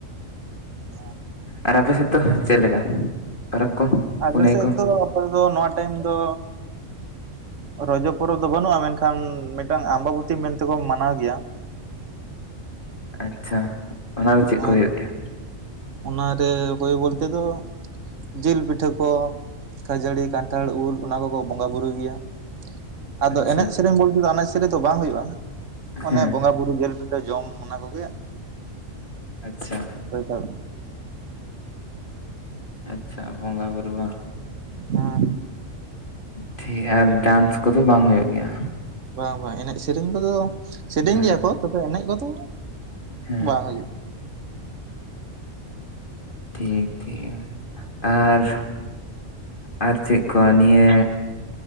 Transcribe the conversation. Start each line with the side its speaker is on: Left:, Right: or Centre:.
Right: ᱦᱮᱸ
Left: ᱟᱨ ᱟᱯᱮ ᱥᱮᱫ ᱫᱚ ᱪᱮᱫ ᱞᱮᱠᱟ? ᱯᱚᱨᱚᱵᱽ ᱠᱚ
Right: ᱟᱞᱮ
Left: ᱯᱩᱱᱟᱹᱭ
Right: ᱥᱮᱫ
Left: ᱠᱚ
Right: ᱫᱚ ᱟᱯᱮ ᱫᱚ ᱱᱚᱣᱟ ᱴᱟᱭᱤᱢ ᱫᱚ ᱨᱚᱡᱚ ᱯᱚᱨᱚᱵᱽ ᱫᱚ ᱵᱟᱹᱱᱩᱜ-ᱟ ᱢᱮᱱᱠᱷᱟᱱ ᱢᱤᱫᱴᱟᱱ ᱟᱢᱵᱟᱵᱚᱛᱤ ᱢᱮᱱᱛᱮᱠᱚ ᱢᱟᱱᱟᱣ ᱜᱮᱭᱟ᱾
Left: ᱟᱪᱪᱷᱟ ᱚᱱᱟ ᱫᱚ ᱪᱮᱫ ᱠᱚ
Right: ᱟᱨ
Left: ᱦᱩᱭᱩᱜ ᱜᱮᱭᱟ?
Right: ᱚᱱᱟᱨᱮ ᱦᱳᱭ ᱵᱚᱞᱛᱮ ᱫᱚ ᱡᱤᱞ ᱯᱤᱴᱷᱟᱹ ᱠᱚ ᱠᱷᱟᱹᱡᱟᱹᱲᱤ ᱠᱟᱱᱴᱷᱟᱲ ᱩᱞ ᱚᱱᱟ ᱠᱚᱠᱚ ᱵᱚᱸᱜᱟᱵᱩᱨᱩᱭ ᱜᱮᱭᱟ ᱟᱫᱚ
Left: ᱟᱪᱪᱷᱟ
Right: ᱮᱱᱮᱡ ᱥᱮᱨᱮᱧ ᱵᱚᱞᱛᱮ ᱫᱚ ᱮᱱᱮᱡ ᱥᱮᱨᱮᱧ ᱫᱚ ᱵᱟᱝ ᱦᱩᱭᱩᱜ-ᱟ ᱾
Left: ᱦᱮᱸ
Right: ᱚᱱᱮ ᱵᱚᱸᱜᱟ ᱵᱩᱨᱩ ᱡᱤᱞ ᱯᱤᱴᱷᱟᱹ ᱡᱚᱢ ᱚᱱᱟ ᱠᱚᱜᱮ
Left: ᱟᱪᱪᱷᱟ
Right: ᱫᱟᱲᱮᱭᱟᱜᱼᱟ᱾
Left: ᱟᱪᱪᱷᱟ ᱵᱚᱸᱜᱟ ᱵᱩᱨᱩ ᱵᱟᱝ
Right: ᱦᱮᱸ
Left: ᱴᱷᱤᱠ ᱟᱨ ᱰᱟᱱᱥ ᱠᱚᱫᱚ ᱵᱟᱝ ᱦᱩᱭᱩᱜ ᱜᱮᱭᱟ
Right: ᱵᱟᱝ ᱵᱟᱝ ᱮᱱᱮᱡ ᱥᱮᱨᱮᱧ ᱠᱚᱫᱚ ᱥᱮᱨᱮᱧ
Left: ᱦᱮᱸ
Right: ᱜᱮᱭᱟ ᱠᱚ ᱛᱚᱵᱮ ᱮᱱᱮᱡ ᱠᱚᱫᱚ
Left: ᱦᱮᱸ
Right: ᱵᱟᱝ ᱦᱩᱭᱩᱜ
Left: ᱴᱷᱤᱠ ᱴᱷᱤᱠ ᱟᱨ ᱟᱨ ᱪᱮᱫ ᱠᱚ ᱱᱤᱭᱟᱹ